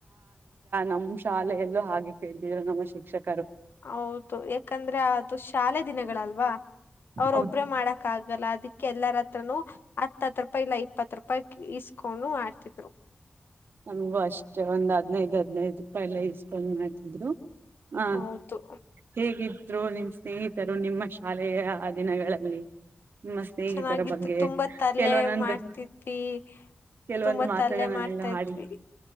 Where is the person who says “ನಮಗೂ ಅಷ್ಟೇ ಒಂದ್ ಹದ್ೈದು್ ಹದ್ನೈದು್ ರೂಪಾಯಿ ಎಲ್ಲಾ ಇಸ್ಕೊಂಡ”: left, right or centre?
Right